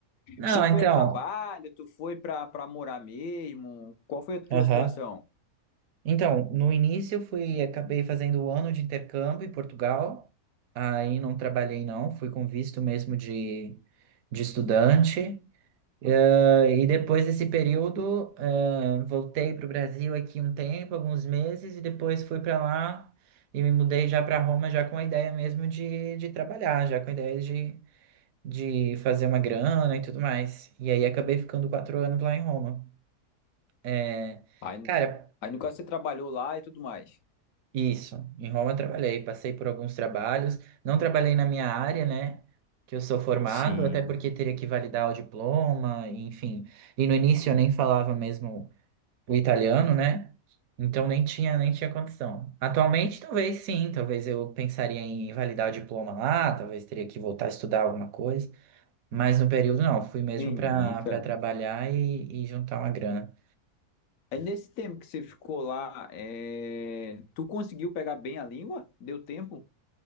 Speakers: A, on the right (about 70°); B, on the left (about 70°).
A: Não,
B: Você foi
A: então.
B: a trabalho? Tu foi pra para morar mesmo? Qual foi a tua
A: Aham.
B: situação?
A: Então, no início eu fui, acabei fazendo o ano de intercâmbio em Portugal, aí não trabalhei não, fui com visto mesmo de, de estudante, Eh, e depois desse período eh, voltei para o Brasil aqui um tempo, alguns meses, e depois fui para lá e me mudei já para Roma já com a ideia mesmo de, de trabalhar, já com a ideia de, de fazer uma grana e tudo mais, e aí acabei ficando quatro anos lá em Roma. Eh,
B: Aí,
A: Cara,
B: aí no caso você trabalhou lá e tudo mais.
A: Isso, em Roma eu trabalhei, passei por alguns trabalhos, não trabalhei na minha área, né, que eu sou formado,
B: Sim.
A: até porque teria que validar o diploma, enfim. E no início eu nem falava mesmo o italiano, né? Então nem tinha, nem tinha condição. Atualmente talvez sim, talvez eu pensaria em validar o diploma lá, talvez teria que voltar a estudar alguma coisa, mas no período não, fui mesmo
B: Entendi,
A: para
B: cara.
A: para trabalhar e, e juntar uma grana.
B: Aí nesse tempo que você ficou lá, é, tu conseguiu pegar bem a língua? Deu tempo?